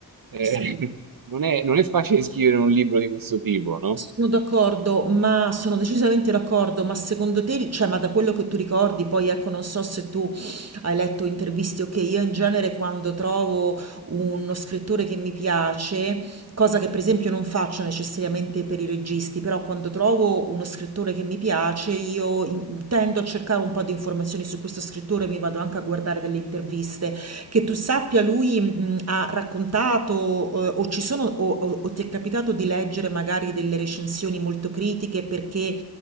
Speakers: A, on the right (about 60°); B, on the right (about 40°).
A: eh,
B: sì.
A: <laughs> non è, non è facile scrivere un libro di questo tipo, no?
B: Sono d'accordo, ma sono decisamente d'accordo, ma secondo te, cioè, ma da quello che tu ricordi, poi ecco, non so se tu hai letto interviste, ok, io in genere quando trovo uno scrittore che mi piace, cosa che per esempio non faccio necessariamente per i registi, però quando trovo uno scrittore che mi piace, io in- tendo a cercare un po' di informazioni su questo scrittore, mi vado anche a guardare delle interviste. Che tu sappia lui, mhmm, ha raccontato, uhm, o ci sono o o o ti è capitato di leggere magari delle recensioni molto critiche perché,